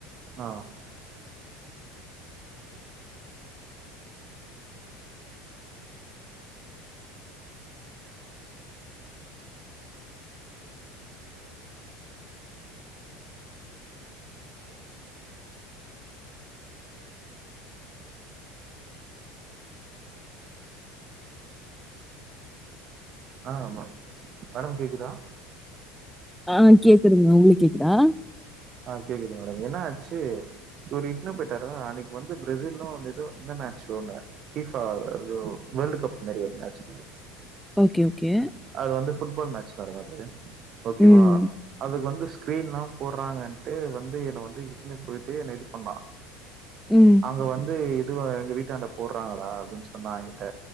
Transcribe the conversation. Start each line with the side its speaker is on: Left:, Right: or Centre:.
Right: ஆ ஆ ஆமா மேடம் கேக்குதா
Centre: ஆ கேக்குதுங்க உங்களுக் கேக்குதா
Right: ஆ கேக்குது மேடம் என்ன ஆச்சி ஒரு இட்னு போய்ட்டாரு டேறோ அன்னைக் வந்து பேரெசிலு அந்த இதுவு இந்த மேட்ச் ஒன்னு ஃபீபா எதோ வேல்ட் கப் மாரி ஒரு மேட்ச்
Centre: ஓகே ஓகே
Right: அது வந்து ஃபுட்பால் மேட்ச் வர மாதிரி ஓகேவா
Centre: ம்.
Right: அதுக்கு வந்து ஸ்கிரீன்ல்லா போட்றாங்க டு வந்து என்ன வந்து இட்டுனு போய்ட்டு என்ன இது பண்ணா
Centre: ம்.
Right: அங்க வந்து இ இதுவா எங்க வீட்டாண்ட போட்றாங்க டா அப்டின் சொன்னா எகிட்ட